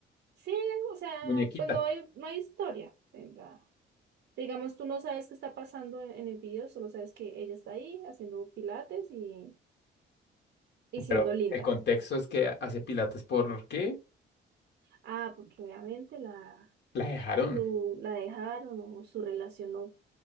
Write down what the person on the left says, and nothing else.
muñequita.
Pero
el contexto es que hace pilates porque
la dejaron.